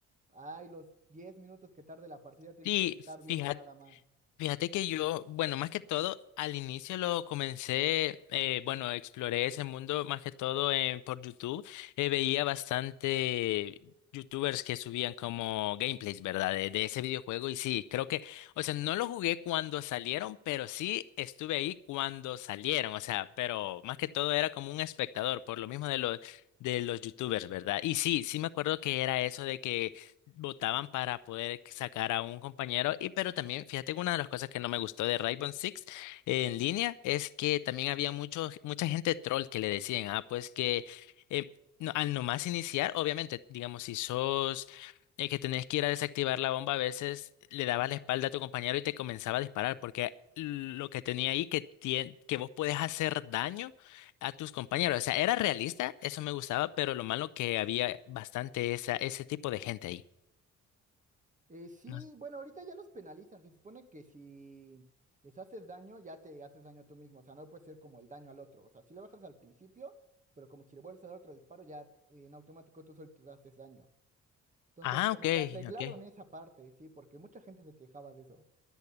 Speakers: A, on the right (about 25°); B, on the left (about 75°).
A: Ay, los 10 minutos que tarde la partida tienes
B: Y
A: que estar viendo
B: fíjate
A: nada más.
B: Fíjate que yo, bueno, más que todo, al inicio lo comencé, eh, bueno, exploré ese mundo más que todo en, por YouTube. Eh, veía bastante YouTubers que subían como gameplays, ¿verdad? De, de ese videojuego y sí, creo que, o sea, no lo jugué cuando salieron, pero sí estuve ahí cuando salieron, o sea, pero más que todo era como un espectador, por lo mismo de los, de los YouTubers, ¿verdad? Y sí, sí me acuerdo que era eso de que votaban para poder sacar a un compañero. Y pero también, fíjate que una de las cosas que no me gustó de Rainbow Six eh, en línea es que también había mucho, mucha gente troll que le decían, ah, pues que eh, no- al nomás iniciar, obviamente, digamos, si sos eh, que tenés que ir a desactivar la bomba, a veces le dabas la espalda a tu compañero y te comenzaba a disparar, porque lo que tenía ahí que, tien- que vos podés hacer daño a tus compañeros. O sea, era realista, eso me gustaba, pero lo malo que había bastante esa, ese tipo de gente ahí.
A: Eh, sí,
B: No sé.
A: bueno, ahorita ya los penalizan. Se supone que si les haces daño, ya te haces daño tú mismo. O sea, no puede ser como el daño al otro. O sea, si le bajas al principio, pero como si le vuelves a dar otro disparo, ya eh, en automático tú solo te haces daño. Entonces,
B: Ah,
A: como
B: ok,
A: que arreglaron
B: ok.
A: esa parte, sí, porque mucha gente se quejaba de eso.